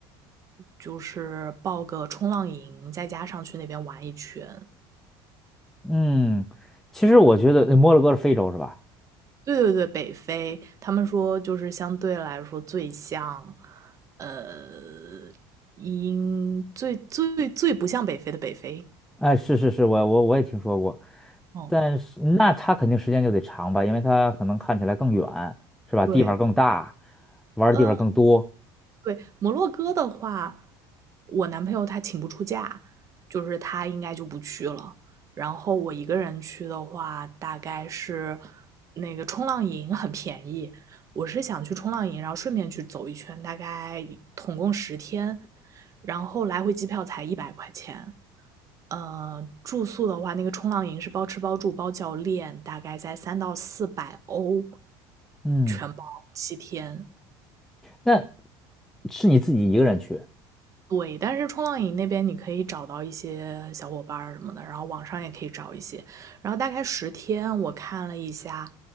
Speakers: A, on the right (about 30°); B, in the centre.
A: 就是报个冲浪营，再加上去那边玩一圈。
B: 嗯，其实我觉得呃摩洛哥是非洲是吧？
A: 对对对，北非，他们说就是相对来说最像，呃，英最最最不像北非的北非。
B: 哎，是是是，我我我也听说过，
A: 哦，
B: 但是那它肯定时间就得长吧，因为它可能看起来更远，是吧？
A: 对，
B: 地方更大，玩儿的地方更多。
A: 呃，对，摩洛哥的话，我男朋友他请不出假，就是他应该就不去了。然后我一个人去的话，大概是那个冲浪营很便宜，我是想去冲浪营，然后顺便去走一圈，大概一统共十天，然后来回机票才一百块钱。呃，住宿的话，那个冲浪营是包吃包住包教练，大概在三到四百欧，
B: 嗯。
A: 全包七天。
B: 那是你自己一个人去？
A: 对，但是冲浪营那边你可以找到一些小伙伴什么的，然后网上也可以找一些。然后大概十天，我看了一下，